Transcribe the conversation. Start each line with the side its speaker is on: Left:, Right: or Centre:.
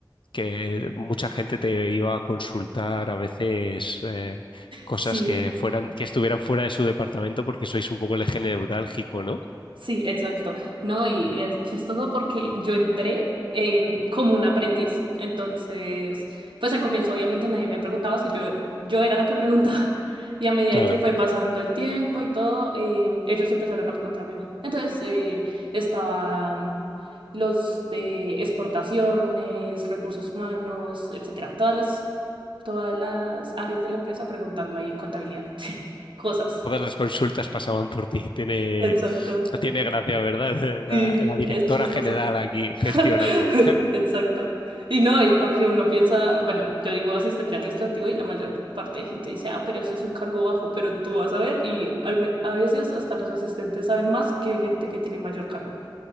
Left: que mucha gente te iba a consultar a veces eh, cosas
Right: sí.
Left: que fueran, que estuvieran fuera de su departamento porque sois un poco el eje neurálgico, ¿no?
Right: Sí, exacto. No, y es chistoso porque yo entré em, como un aprendiz. Entonces, pues al comienzo obviamente nadie me preguntaba si yo, yo era la que <laughs> preguntaba. Y a medida
Left: Claro.
Right: que fue pasando el tiempo y todo, em, ellos empezaron a preguntarme a mí. Entonces, eh, estaban los de exportaciones, recursos humanos, etcétera. Todas las, todas las áreas de la empresa preguntando ahí en contabilidad. <laughs> Cosas.
Left: Todas las consultas pasaban por ti. Tiene,
Right: Exacto.
Left: tiene gracia, ¿verdad? <laughs> La,
Right: Sí,
Left: la directora
Right: es chistoso.
Left: general aquí gestionando.
Right: <laughs> Exacto. Y no, y porque uno piensa, bueno, yo digo asistente administrativo y la mayor parte de gente dice, ah, pero eso es un cargo bajo, pero tú vas a ver y al me- a veces hasta los asistentes saben más que gente que tiene mayor cargo.